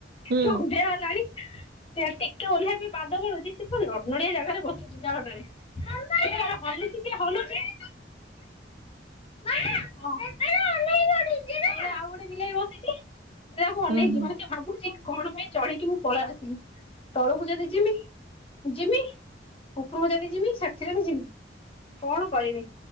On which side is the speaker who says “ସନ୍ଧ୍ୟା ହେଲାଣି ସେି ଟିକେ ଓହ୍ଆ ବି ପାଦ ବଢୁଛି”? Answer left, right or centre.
Left